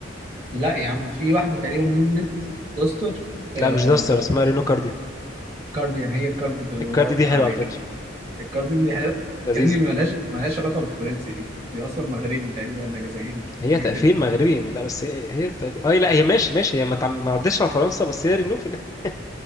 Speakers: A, on the right; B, on the left.
A: لا يا عم في واحدة تقريبا نزلت داستر آه
B: لا مش داستر اسمها رينو كارديان
A: كارديان هي الكارديان الله
B: الكاردي
A: اكبر
B: دي حلوة
A: عليك
B: على فكرة
A: الكارديان دي حاجة-
B: لذيذة
A: يا ابني ملهاش ملهاش علاقة بالفرنسي دي دي اصلا مغربي تقريبا ولا جزائري
B: هي
A: حاجة
B: تقفيل
A: كده
B: مغربي لا بس هي هي تقفيل اي لا هي ماشي ماشي هي ما تعم- ما عدتش على فرنسا بس هي رينو في ال- <laughs>